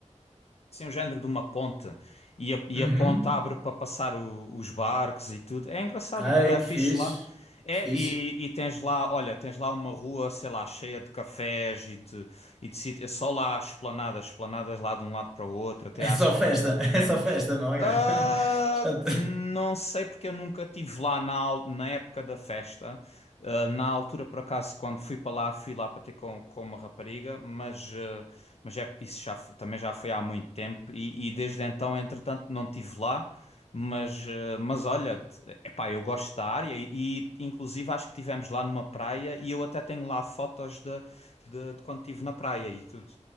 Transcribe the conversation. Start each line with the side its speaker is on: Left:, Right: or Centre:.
Left: assim um género de uma ponte e a, e
Centre: uhum.
Left: a ponte abre para passar o- os barcos e tudo. É engraçado
Centre: Ai,
Left: aquilo, é
Centre: que
Left: fixe
Centre: fixe,
Left: lá. É,
Centre: que fixe.
Left: e, e tens lá, olha, tens lá uma rua, sei lá, cheia de cafés e de, e de sítios, é só lá esplanadas, esplanadas lá de um lado para o outro, até
Centre: É
Left: acho
Centre: só
Left: que...
Centre: festa, <laughs> é
Left: É,
Centre: só festa não, Algarve.
Left: ah,
Centre: <laughs> Já te-
Left: não sei porque eu nunca tive lá na, al- na época da festa. Ah, na altura, por acaso, quando fui para lá, fui lá para ter com, com uma rapariga, mas, ah, mas é, isso já, f- também já foi há muito tempo e, e desde então, entretanto, não tive lá. Mas, ah, mas olha, t- epá, eu gosto da área e, e, inclusive acho que tivemos lá numa praia e eu até tenho lá fotos de, de, de quando estive na praia e tudo.